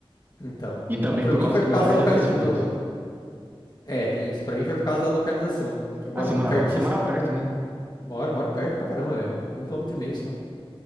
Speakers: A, on the left; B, on the right.
A: Então.
B: E também
A: Pra
B: por
A: mim
B: causa
A: foi
B: que
A: por
B: meu
A: causa
B: pai
A: da localização.
B: já ter servido.
A: É, tem isso. Pra mim foi por causa da localização. Que eu moro
B: Ah, você morava,
A: pertíssimo.
B: você morava perto, né?
A: Moro, moro perto pra caramba. É um quilômetro e meio só.